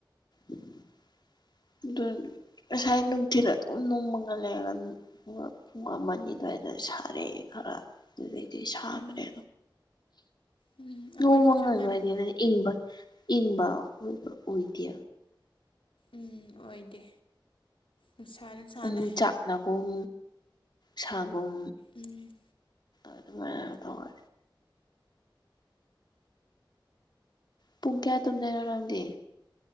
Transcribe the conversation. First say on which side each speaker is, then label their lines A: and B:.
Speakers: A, on the left; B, on the left.
A: ꯎꯝ ꯑꯗꯨ ꯉꯁꯥꯏ ꯅꯨꯡꯊꯤꯜ ꯑꯗꯨꯝ ꯅꯣꯡꯃꯒ ꯂꯩꯔꯒ ꯑꯗꯨꯝ ꯑꯗꯨꯒ ꯄꯨꯡ ꯑꯃ ꯑꯅꯤ ꯑꯗꯨꯋꯥꯏꯗ ꯁꯥꯔꯛꯑꯦ ꯈꯔ ꯑꯗꯨꯗꯩꯗꯤ ꯁꯥꯈ꯭ꯔꯦ
B: ꯎꯝ ꯎꯝ
A: ꯅꯣꯡꯃ
B: ꯑꯩꯈꯣꯏꯁꯨ ꯆꯞ
A: ꯑꯗꯨꯋꯥꯏꯗꯤ
B: ꯃꯥꯟꯅꯩ
A: ꯑꯗꯨ ꯏꯪꯕ ꯏꯪꯕꯥ ꯑꯣꯏꯕ ꯑꯣꯏꯗꯦ
B: ꯎꯝ ꯑꯣꯏꯗꯦ ꯅꯨꯡꯁꯥꯖꯨ ꯁꯥ
A: ꯎꯝꯆꯥꯛꯅꯒꯨꯝ
B: ꯂꯩ
A: ꯁꯥꯒꯨꯝ
B: ꯎꯝ
A: ꯑꯗꯨꯃꯥꯏꯅ ꯇꯧꯋꯦ ꯄꯨꯡ ꯀꯌꯥ ꯇꯨꯝꯗꯣꯏꯅꯣ ꯅꯪꯗꯤ